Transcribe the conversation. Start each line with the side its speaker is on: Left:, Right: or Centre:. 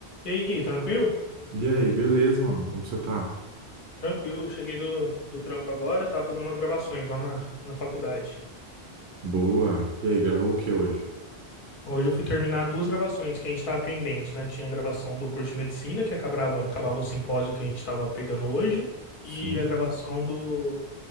Left: E aí, Gui, tranquilo?
Right: E aí, beleza, mano? Como você tá?
Left: Tranquilo, eu cheguei do, do trampo agora, tava fazendo umas gravações lá na, na faculdade.
Right: Boa. E aí, gravou o que hoje?
Left: Hoje eu fui terminar duas gravações que a gente tava pendente, né? Tinha a gravação do curso de medicina, que acabava, acabava o simpósio que a gente tava pegando hoje,
Right: Sim?
Left: e a gravação do.